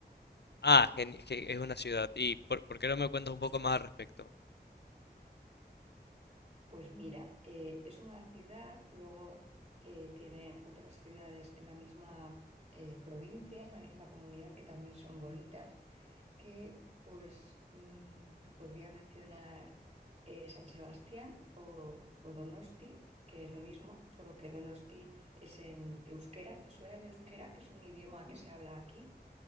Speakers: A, on the left (about 75°); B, on the right (about 40°).
A: Ah, gen- que es una ciudad. ¿Y por, por qué no me cuentas un poco más al respecto?
B: Pues mira, eh, es una ciudad, luego eh, tiene otras ciudades en la misma eh, provincia, en la misma comunidad que también son bonitas, que pues mm, te podría mencionar eh, San Sebastián o, o Donosti, que es lo mismo, solo que Donosti es en euskera. ¿Te suena el euskera, que es un idioma que se habla aquí?